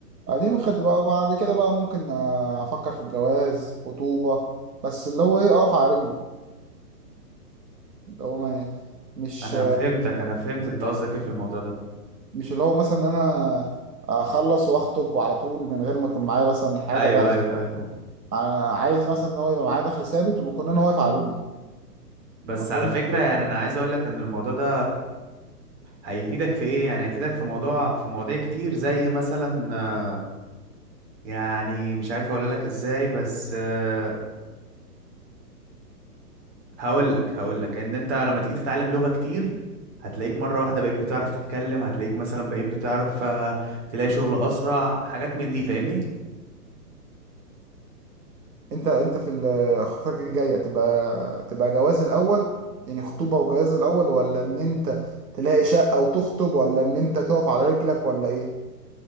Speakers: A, on the right; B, on the right.
A: آه، دي مخطط بقى بعد كده بقى ممكن آه، افكر في الجواز خطوبة بس اللي هو ايه اقف على رجلي اللي هو ما مش
B: انا فهمتك انا فهمت انت قصدك ايه في الموضوع ده
A: مش اللي هو مثلا انا اخلص واخطب على طول من غير ما يكون معايا مثلا حاجة
B: ايوه
A: دخل
B: ايوه ايوه
A: ع- عايز مثلا ان هو يبقى معايا دخل ثابت ويكون انا واقف على رجلي
B: بس
A: ما اكونش
B: على فكرة يعني انا عايز اقول لك ان الموضوع ده هيفيدك في ايه يعني هيفيدك في موضوع في مواضيع كتير زي مثلا آه، يعني مش عارف اقول لك ازاي بس آه، هقول لك هقول لك ان انت لما تيجي تتعلم لغة كتير هتلاقيك مرة واحدة بقيت بتعرف تتكلم هتلاقيك مثلا بقيت بتعرف آه، تلاقي شغل اسرع حاجات من دي فاهمني
A: انت انت في ال- خطتك الجايه تبقى تبقى جواز الاول يعني خطوبه وجواز الاول ولا ان انت تلاقي شقه وتخطب ولا ان انت تقف على رجلك ولا ايه